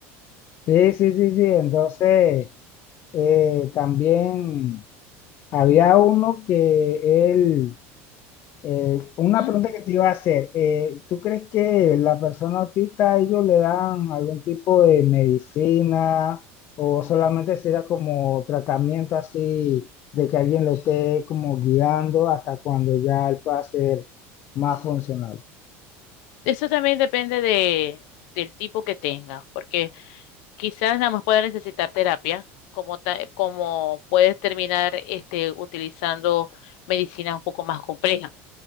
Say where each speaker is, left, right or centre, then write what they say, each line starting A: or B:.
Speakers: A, on the left (about 35°); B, on the left (about 65°).
A: Sí, sí, sí, sí. Entonces, eh, también había uno que él Eh, una
B: Ujú.
A: pregunta que te iba a hacer, eh, ¿tú crees que la persona autista, ellos le dan algún tipo de medicina o solamente se da como tratamiento así de que alguien lo esté como guiando hasta cuando ya él pueda ser más funcional?
B: Eso también depende de, del tipo que tengas, porque quizás nada más pueda necesitar terapia, como, ta- como puedes terminar este, utilizando medicinas un poco más complejas.